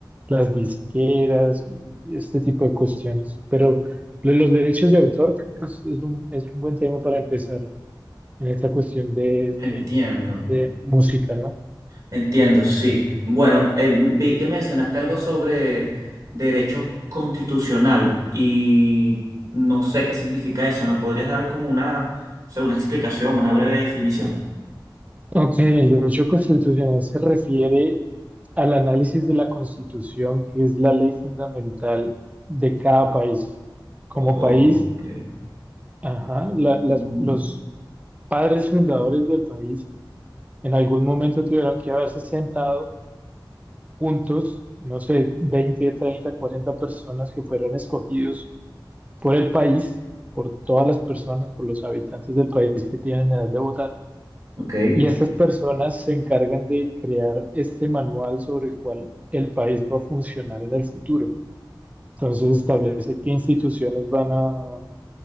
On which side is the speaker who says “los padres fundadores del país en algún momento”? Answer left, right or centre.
Right